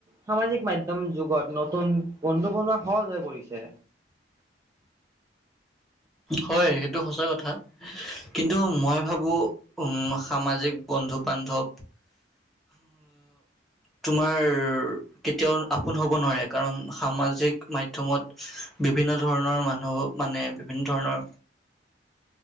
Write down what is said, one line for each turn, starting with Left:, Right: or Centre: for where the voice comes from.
Right: সামাজিক মাধ্যম যুগত নতুন বন্ধু বনোৱা সহজ হৈ পৰিছে।
Centre: হয় সেইটো সঁচা কথা কিন্তু মই ভাবো উম সামাজিক বন্ধু বান্ধৱ তোমাৰ কেতিয়াও আপোন হ'ব নোৱাৰে কাৰণ সামাজিক মাধ্যমত বিভিন্ন ধৰণৰ মানুহ মানে বিভিন্ন ধৰণৰ